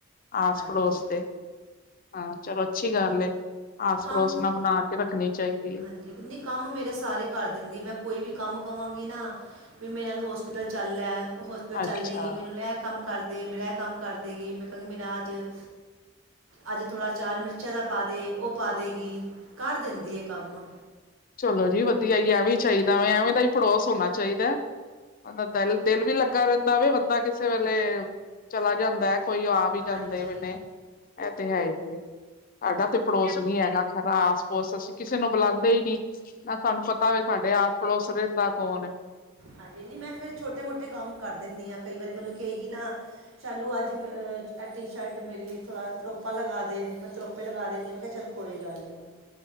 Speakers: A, on the left; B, on the right.
A: ਆਸ
B: ਹਾਂਜੀ
A: ਪੜੋਸ ਦੇ। ਹਾਂ ਚਲੋ ਅੱਛੀ ਗੱਲ ਏ, ਆਸ
B: ਕੰਮ
A: ਪੜੋਸ ਨਾਲ ਬਣਾ ਕੇ ਰੱਖਣੀ ਚਾਹੀਦੀ। ਹੈ
B: ਹਾਂਜੀ ਨੀ ਕੰਮ ਮੇਰੇ ਸਾਰੇ ਕਰ ਦਿੰਦੀ ਏ ਮੈਂ ਕੋਈ ਵੀ ਕੰਮ ਕਵਾਂਗੀ ਨਾ। ਵੀ ਮੇਰੇ ਨਾਲ ਹੋਸਪਿਟਲ ਚੱਲ ਲੈ ਓ ਹੋਸਪਿਟਲ ਚੱਲੇਗੀ
A: ਅੱਛਾ
B: ਮੈਨੂੰ ਲੈ- ਕੰਮ ਕਰਦੇ ਮੇਰਾ ਇਹ ਕੰਮ ਕਰਦੇਗੀ ਮੈਂ ਕਹਿੰ ਮੇਰਾ ਅੱਜ- ਅੱਜ ਥੋੜਾ ਅਚਾਰ ਮਿਰਚਾਂ ਦਾ ਪਾ ਦੇ ਉਹ ਪਾ ਦੇਗੀ ਕਰ ਦਿੰਦੀ ਹੈ ਕੰਮ।
A: ਚਲੋ ਜੀ ਵਧੀਆ ਹੀ ਏ ਐਵੇਂ ਚਾਹੀਦਾ ਵੇ ਐਵੇਂ ਦਾ ਹੀ ਪੜੋਸ ਹੋਣਾ ਚਾਹੀਦਾ। ਉ ਪਤਾ ਨੀ ਦਿਲ ਵੀ ਲੱਗਾ ਰਹਿੰਦਾ ਵੇ ਬੰਦਾ ਕਿਸੇ ਵੇਲੇ, ਚਲਾ ਜਾਂਦਾ ਹੈ ਕੋਈ ਆ। ਵੀ ਜਾਂਦੇ
B: ਹਾਂਜੀ
A: ਵੀ ਨੇ, ਇਹ ਤੇ ਹੈ ਹੀ ਏ। ਸਾਡਾ ਤੇ ਪੜੋਸ ਨੀ ਹੈਗਾ ਸਰਾ ਆਸ ਪੋਸ ਅਸੀਂ ਕਿਸੇ ਨੂੰ ਬੁਲਾਉਂਦੇ ਹੀ ਨੀ। ਨਾ ਸਾਨੂੰ ਪਤਾ ਏ ਸਾਡੇ ਆਸ ਪਰੋਸ ਚ ਰਹਿੰਦਾ ਕੌਣ ਏ।
B: ਹਾਂਜੀ ਨਈ ਮੈਂ ਫੇਰ ਛੋਟੇ ਮੋਟੇ ਕੰਮ ਕਰ ਦਿੰਦੀ ਹਾਂ ਕਈ ਵਾਰੀ ਮੈਨੂੰ ਕੇਈ ਗੀ ਨਾ। ਸਾ਼ਲੂ ਅੱਜ ਹ ਅ ਟੀ ਸ਼ਰਟ ਮਰੀ ਥੋੜਾ ਤਰੋਪਾ ਲਗਾ ਦੇ, ਮ- ਤਰੋਪੇ ਲਗਾ ਦਿੰਦੇ ਹ ਮੇ ਕਿਹਾ ਚੱਲ ਕੋਈ ਗੱਲ। ਨਹੀਂ